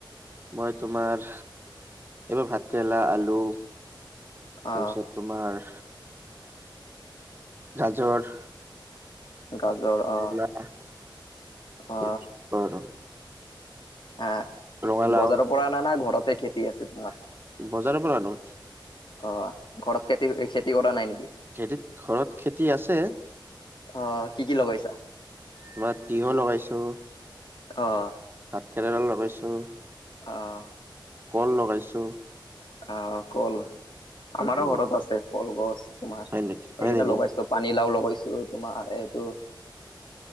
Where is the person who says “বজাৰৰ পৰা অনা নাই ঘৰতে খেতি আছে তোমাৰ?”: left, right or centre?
Left